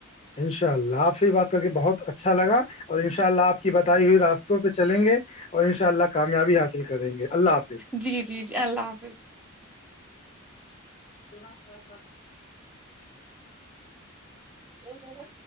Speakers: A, on the left; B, in the centre.
A: انشاء اللہ آپ سے ہی بات کر کے بہت اچھا لگا اور ان شاء اللہ آپ کی بتائی ہوئی راستوں پہ چلیں گے اور ان ششاء اللہ کامیابی حاصل کریں گے اللہ حافظ
B: جی جی جی اللہ حافظ
A: سنا تھا <unintelligible>
B: تو ہو